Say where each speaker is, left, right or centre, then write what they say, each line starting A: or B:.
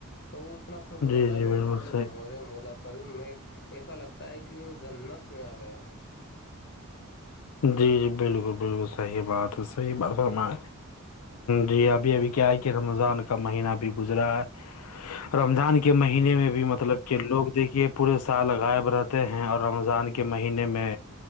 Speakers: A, on the left (about 50°); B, on the left (about 80°).
A: تو وہ اتنا خوش ہو
B: جی
A: جاتا
B: جی
A: ہے بندہ
B: بالکل
A: کہ مورے
B: صحیح
A: مولک میں ایسا لگتا ہے کہ کہ میں جنت میں آ گیا ہوں
B: جی جی بالکل بالکل صحیح بات ہے صحیح بات فرم ہ جی ابھی ابھی کیا ہے کہ رمضان کا مہینہ بھی گزرا ہے رمضان
A: اچھا
B: کے مہینے
A: ہاں
B: میں
A: ہاں
B: بھی مطلب کے لوگ دیکھیے پورے سال غائب رہتے ہیں اور رمضان کے مہینے میں